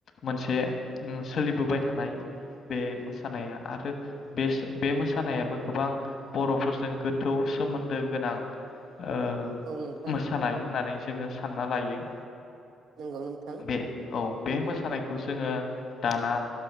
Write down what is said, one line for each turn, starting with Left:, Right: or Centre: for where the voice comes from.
Left: मोनसे ओ सोलिबोबाय थानाय बे मोसानाया आरो बे बे मोसानायाबो गोबां बरफोरजों गोथौ सोमोन्दो गोनां। ओ
Right: औ नोंथां
Left: मोसानाय होननानै जोंङो सानना लायो।
Right: नंगौ नोंथां।
Left: बे औ बे मोसानायखौ जोंङो दाना